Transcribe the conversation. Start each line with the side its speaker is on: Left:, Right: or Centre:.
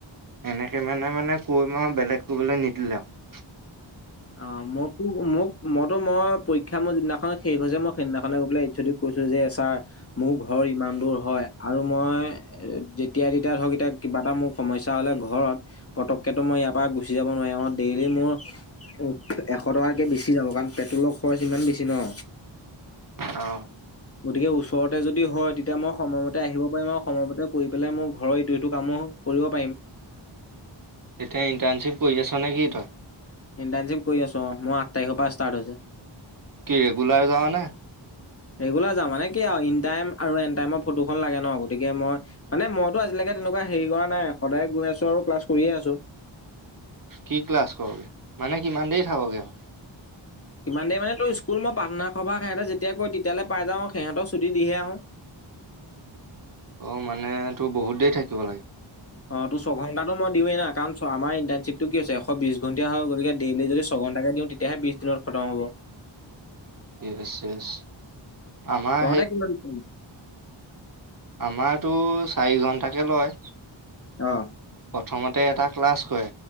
Right: এনেকে মানে মানে কৈ মা বেলেগ কবলৈ নিদিলে আৰু
Left: অ' মকৈ মোক মইতো মই পৰীক্ষা মোৰ যিদিনাখন শেষ হৈছে মই সেইদিনাখনে গৈ পেলাই ইচ্ছ ও দি কৈছো যে ছাৰ মোৰ ঘৰ ইমান দূৰ হয় আৰু মই যেতিয়া যেতিয়া ধৰক এতিয়া কিবা এটা মোৰ সমস্যা হলে ঘৰত পতককেতো মই ইয়াৰ পৰা গুচি যাব নোৱাৰি ম ডেইলি মোৰ উ এশ টকাকে বেছি যাব কাৰণ পেট্ৰলৰ খৰচ ইমান বেছি ন।
Right: অ'।
Left: গতিকে ওচৰতে যদি হয় তেতিয়া মই সময়মতে আহিব পাৰিম আৰু। সময়মতে কৰি পেলাই মই ঘৰৰ এইটো সটো কামো কৰিব পাৰিম।
Right: এতিয়া ইণ্টাৰ্ণশ্বিপ কৰি আছ নে কি তই?
Left: ইণ্টাৰ্ণশ্বিপ কৰি আছো অ' মই আঠ তাৰিখৰ পৰা ষ্টাৰ্ট হৈছে।
Right: কি ৰেগুলাৰ যাও নে?
Left: ৰেগুলাৰ যাওঁ। মানে কি আৰু ইন টাইম আৰু এন টাইমৰ ফটোখন লাগে ন, গতিকে মই মানে মইতো আজিলৈকে তেনেকুৱা হেৰি কৰা নাই সদায় গৈ আছো আৰু ক্লাছ কৰিয়ে আছো।
Right: কি ক্লাছ কৰোগে? মানে কিমান দেৰি থাকগে?
Left: কিমান দেৰি মানে তোৰ, স্কুল মই প্ৰাৰ্থনা সভা সিহঁতে যেতিয়া কৈ তেতিয়ালৈ পাই যাওঁ আৰু সিহঁতৰ ছুটী দিহে আহোঁ।
Right: অ', মানে তোৰ বহুত দেৰি থাকিব লাগে।
Left: অ' তো, ছয়ঘণ্টাটো মই দিওঁয়ে না কাৰণ আমাৰ ইণ্টাৰ্ণশ্বিপটো কি আছে, এশ বিশ ঘণ্টীয়া হয় গতিকে ডেইলি যদি ছয়ঘন্টাকে দিওঁ তেতিয়াহে বিশ দিনত খতম হ'ব।
Right: য়েছ, য়েছ। আমাৰ
Left: তহঁতে কিমান কাম
Right: আমাৰটো চাৰি ঘন্টাকে লয়।
Left: অ'।
Right: প্ৰথমতে এটা ক্লাছ কৰে।